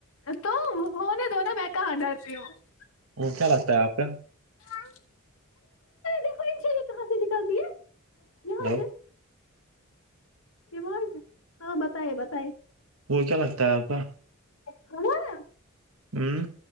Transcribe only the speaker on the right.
کیا لگتا ہے آپ کا
ہلو
وہ کیا لگتا ہے آپ کا
ہوں